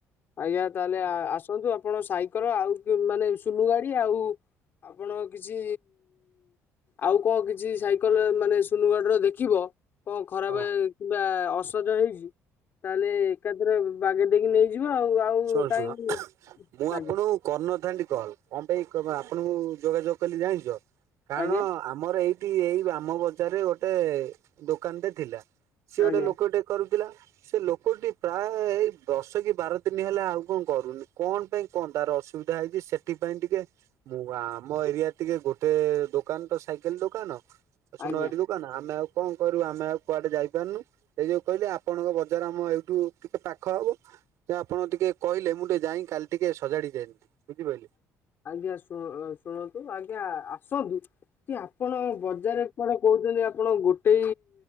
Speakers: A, on the left (about 35°); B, on the right (about 60°).
A: ଆଜ୍ଞା ତାହେଲେ ଆସନ୍ତୁ ଆପଣ ସାଇକେଲ ଆଉ ମାନେ ସୁନୁ ଗାଡି ଆଉ ଆପଣ କିଛି ଆଉ କଣ କିଛି ସାଇକେଲ ମାନେ ସୁନୁଗଡ ରରେ ଦେଖିବ କଣ ଖରାପ
B: ହଁ।
A: କିମ୍ବା ଅସଜ ହେଇଛି ତାହେଲେ ଏକାଥରେ ବାଗେ ଦେଇକି ନେଇଯିବ ଆଉ ଆଉ
B: ଶୁଣ
A: କାହିଁକ
B: ଶୁଣ ମୁଁ ଆପଣଙ୍କୁ
A: ଆଜଞା
B: କରିନଥାନ୍ତି କଲ କଣ ପାଇଁ ଆପଣଙ୍କୁ ଯୋଗାଯୋଗ କଲି ଜାଣିଛ କାରଣ
A: ଆଜ୍ଞା
B: ଆମର ଏଇଠି ଏଇ ବାମ ବଜାରରେ ଗୋଟେ ଦୋକାନଟେ ଥିଲା ସେିଏ ଗୋଟେ
A: ଆଜ୍ଞା
B: ଲୋକ ଟିକେ କରୁଥିଲା ସେ ଲୋକଟି ପ୍ରାୟ ବର୍ଷ କି ବାର ଦିନ ହେଲେ ଆଉ କଣ କରୁନି କଣ ପାଇଁ କଣ ତାର ଅସୁବିଧା ହେଇଛି ସେଥିପାଇ ଟିକେ ମୁଁ ଆମ ଏରିଆ ଟିକେ ଗୋଟେ ଦୋକାନ ତ ସାଇକେଲ ଦୋକାନ ଆ ଶୁଣ
A: ଆଜ୍ଞା
B: ଟକୁ ଆମେ ଆଉ କଣ କରିବୁ ଆମେ ଆଉ କୁଆଡେ ଯାଇପାରୁନୁ ସେଇ ଯୋଉ କହିଲି ଆପଣଙ୍କ ବଜାର ଆମ ଏଇଠୁ ଟିକେ ପାଖ ହବ ଆପଣ ଟିକେ କହିଲେ ମୁଁ ଟିକେ ଯାଇ କାଲି ଟିକେ ସଜାଡି ଯାନ୍ତିି ବୁଝିପାରେ
A: ଆଜ୍ଞା ଶ ଶୁଣନ୍ତୁ ଆଜ୍ଞା ଆସନ୍ତୁ କି ଆପଣ ବଜାର କଆଡେ କହୁଛନ୍ତି ଆପଣ ଗୋଟେ